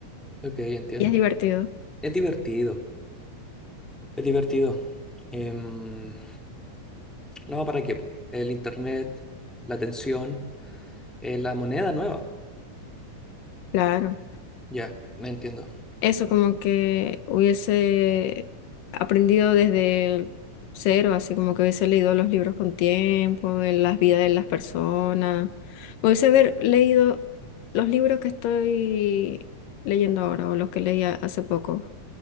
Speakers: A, in the centre; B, on the left (about 80°).
A: ok, entiendo.
B: Y es divertido,
A: Es divertido, es divertido. Em, no, ¿para qué, po? El internet, la tensión, eh, la moneda nueva.
B: claro.
A: Ya, me entiendo.
B: Eso como que hubiese aprendido desde el cero, así como que hubiese leído los libros con tiempo, de las vidas de las personas. Me hubiese haber leído los libros que estoy leyendo ahora o los que leía hace poco